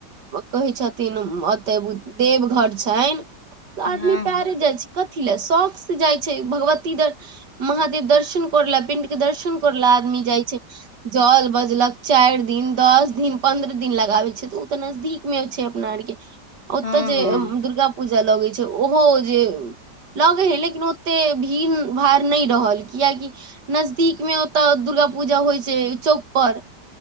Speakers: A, on the right; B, on the left.
A: कहैत छथिन, ओते देवघर छनि। आदमी
B: हँ
A: पायरे
B: हँ
A: जाइ छै कथी लए शौक से जाइ छै भगवती धर महा दर्शन कर ल पिण्ड के दर्शन कर ले आदमी जाइ छै जल बजलक चारि दिन, दस दिन, पन्द्रह दिन लगाबल छै तऽ ओ तऽ नजदीक अछि। मे छै। अपना आर के ओतय
B: हँ
A: जे
B: हँ
A: दुर्गा पूजा लगै छै। ओहो जे लगे हय लेकिन ओते भीड़ भार ने रहल कियाकि नजदीक मे ओतय दुर्गा पूजा होइ छै चौक पर